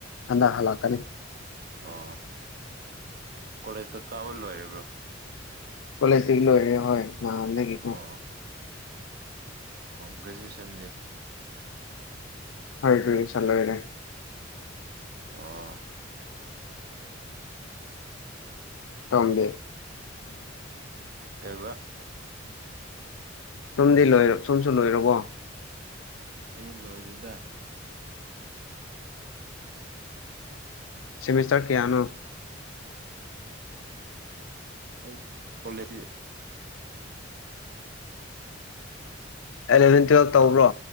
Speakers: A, on the left; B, on the right.
A: ꯍꯟꯗꯛ ꯍꯜꯂꯛꯀꯅꯤ
B: ꯑꯣ ꯀꯣꯂꯦꯖꯇ ꯀꯥꯕ ꯂꯣꯏꯔꯕ꯭ꯔꯣ
A: ꯀꯂꯦꯖꯇꯒ ꯂꯣꯏꯔꯦ ꯍꯣꯏ ꯃꯥꯍꯗ ꯀꯀꯣ
B: ꯑꯣ ꯒ꯭ꯔꯦꯖꯨꯑꯌꯦꯁꯟ ꯗꯦ
A: ꯍꯣꯏ ꯑꯗꯨ ꯆꯠ ꯂꯣꯏꯔꯦ
B: ꯑꯣ
A: ꯁꯗꯦ
B: ꯀꯕ
A: ꯁꯨꯝꯗꯤ ꯂꯣꯏ ꯁꯨꯝꯁꯨ ꯂꯣꯏꯔꯕꯣ
B: ꯑꯩꯁꯨ ꯂꯣꯏꯖꯗ
A: ꯁꯤꯦꯃꯤꯁꯇꯔ ꯀꯌꯥꯅꯣ
B: ꯑꯩ ꯀꯣꯋꯥꯂꯦꯇ
A: ꯑꯦꯂꯚꯦꯟ ꯇꯨꯋꯜꯞ ꯇꯧꯕ꯭ꯔꯣ